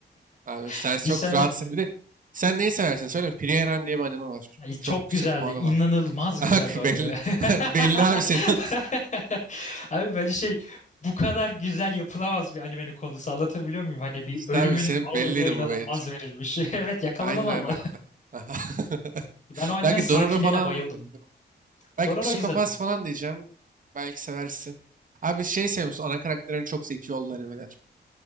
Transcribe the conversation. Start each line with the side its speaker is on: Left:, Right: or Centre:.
Right: Abi
Left: <laughs>
Right: sen çok
Left: Bir sene
Right: rahatsın. Bir de sen neyi seversin söyle. Frieren Eren diye bir anime var.
Left: Ay, çok
Right: Çok
Left: güzeldi.
Right: yüksek puanı
Left: İnanılmaz
Right: var. <laughs>
Left: güzeldi
Right: Bak
Left: o anime.
Right: belli. <laughs> belli
Left: <laughs>
Right: abi senin. <laughs>
Left: Abi bence şey bu kadar güzel yapılamaz bir animenin konusu. Anlatabiliyor muyum? Hani bir
Right: İşte
Left: ölümün
Right: abi senin
Left: ağırlığı
Right: belliydi
Left: inanılmaz
Right: bu bence.
Left: verilmiş. <laughs> Evet yakaladın
Right: Aynen
Left: Allah.
Right: aynen. <laughs>
Left: Ben o anime
Right: Belki
Left: sakinliğine
Right: Dororo falan
Left: bayıldım.
Right: bilmiyorum. Belki
Left: Dororo
Right: psikopat
Left: izledim.
Right: falan diyeceğim. Belki seversin. Abi şey seviyor musun? Ana karakterlerin çok zeki yol animeler.